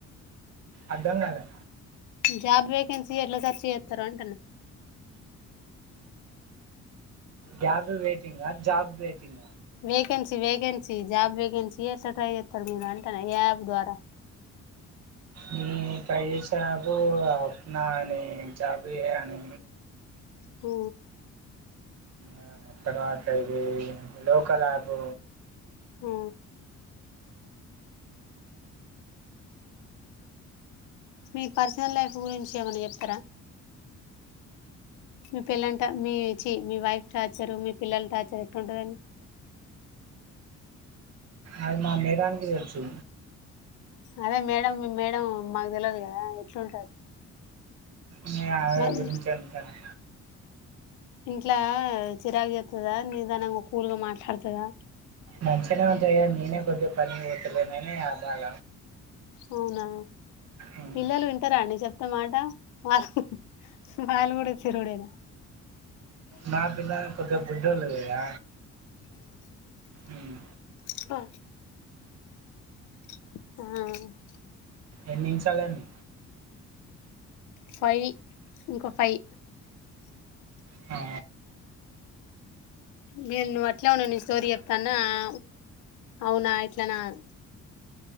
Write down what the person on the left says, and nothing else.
జాబ్ వేకెన్సీ ఎట్లా సర్చ్ చేస్తారు అంటన్న
vacancy vacancy job vacancy ఎట్లా ట్రై చేస్తారు మీరు అంటనా ఏ యాప్ ద్వారా
మ్
మ్ మీ పర్సనల్ లైఫ్ గురించి ఏమైనా చెప్తారా మీ పెల్లంట మీ చ మీ వైఫ్ టార్చరు మీ పిల్లల టార్చర్ ఎట్లుంటదండి
అదే మేడం మీ మేడం మాకు తెలియదు కదా ఎట్లుంటది
మరి
ఇంట్లా చిరాకు చెప్తుందా నిదానంగా కూలుగా మాట్లాడుతదా
అవునా
పిల్లలు వింటారా అండి చెప్త టమాట వాల్ వాళ్ళు కూడ చరుడే
పా హా
ఫైవ్ ఇంకో ఫైవ్
నేరు నువ్ అట్లా ఉన్నా నీ స్టోరీ చెప్తాన్నా ఆ అవునా ఇట్లానా అను